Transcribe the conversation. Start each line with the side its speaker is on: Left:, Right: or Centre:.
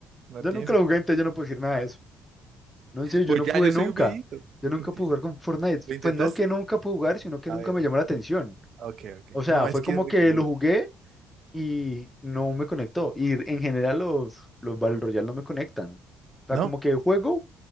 Right: No
Centre: Yo
Right: tiene
Centre: nunca
Right: sentido.
Centre: lo jugué, entonces yo no puedo decir nada de eso No, en serio,
Right: Pues
Centre: yo no
Right: ya
Centre: pude
Right: yo
Centre: nunca.
Right: soy un viejito.
Centre: Yo nunca
Right: no
Centre: pude
Right: tiene
Centre: jugar
Right: sentido.
Centre: con Fortnite.
Right: ¿Lo intentaste?
Centre: Pues no que nunca pude jugar, sino que
Right: A
Centre: nunca
Right: ver,
Centre: me llamó la atención.
Right: ok, ok.
Centre: O sea,
Right: No, es
Centre: fue
Right: que
Centre: como
Right: es muy
Centre: que
Right: duro.
Centre: lo jugué y no me conectó. Y en general los, los Battle Royale no me conectan. O sea,
Right: ¿No?
Centre: como que juego